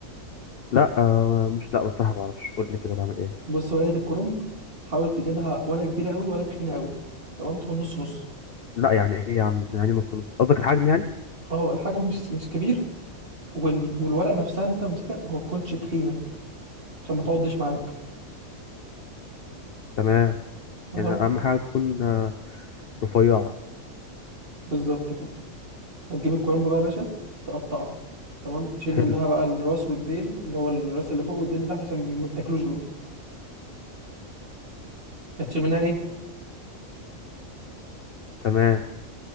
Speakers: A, on the left; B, on the right.
A: لا آه مش لا بصراحه ما اعرفش قول لي كده بعمل ايه
B: بص ورقه الكرنب حاول تجيبها ولا كبيره قوي ولا تخينه قوي تمام تكون نص نص
A: لا يعني ايه يا عم يعني نص نص قصدك الحجم يعني
B: اه الحجم مش مش كبير وال... والورقه نفسها اللي انت ماسكها ما تكونش تخينه عشان ما تقعدش معاك
A: تمام
B: تمام
A: يعني اهم حاجه تكون آه، رفيعه
B: بالظبط كده هتجيب الكرنب بقى يا باشا تقطعها تمام تشيل
A: حلو
B: منها بقى الراس والديل اللي هو الراس اللي فوق والديل اللي تحت عشان بي- ما بتاكلوش دول هتشيل منها ايه
A: تمام